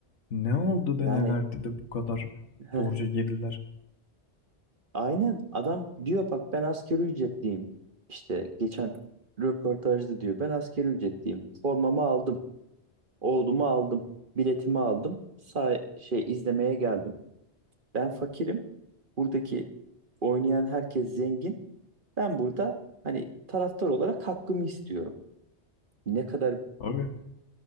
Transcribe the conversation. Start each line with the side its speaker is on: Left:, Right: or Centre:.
Left: ne aldı
Right: Yani
Left: da ne verdi de bu kadar
Right: Heh,
Left: borca girdiler.
Right: aynen adam diyor bak ben asgari ücretliyim. İşte geçen röportajda diyor ben asgari ücretliyim. Formamı aldım, oğlumu aldım, biletimi aldım. Say şey izlemeye geldim. Ben fakirim. Buradaki oynayan herkes zengin. Ben burada hani taraftar olarak hakkımı istiyorum. Ne kadar
Left: Abi.